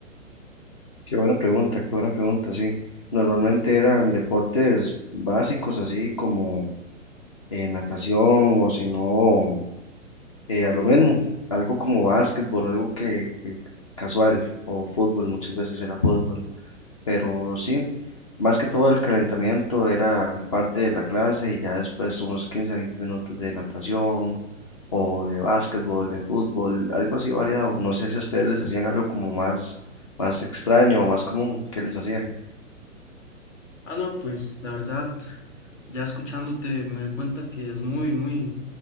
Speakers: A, on the left (about 25°); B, on the left (about 65°).
A: Qué buena pregunta, qué buena pregunta, sí. Normalmente eran deportes básicos, así como eh, natación o si no, eh, a lo mismo, algo como básquetbol, algo que, que casual o fútbol, muchas veces era fútbol. pero sí, más que todo el calentamiento era parte de la clase y ya después unos 15, 20 minutos de natación o de básquetbol, de fútbol, algo así variado. No sé si a ustedes les hacían algo como más, más extraño o más común que les hacían.
B: Ah, no, pues la verdad. Ya escuchándote me doy cuenta que es muy, muy,